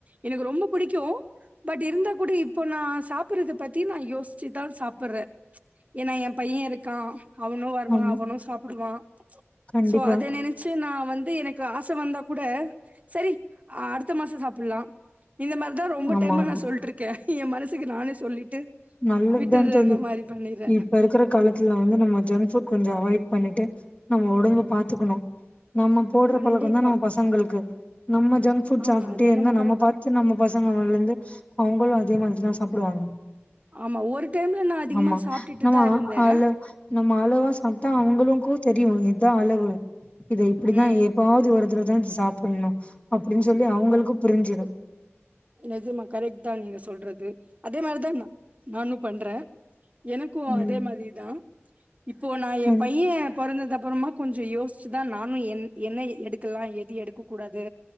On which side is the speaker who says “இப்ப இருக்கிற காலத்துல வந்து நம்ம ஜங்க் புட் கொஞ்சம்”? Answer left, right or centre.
Left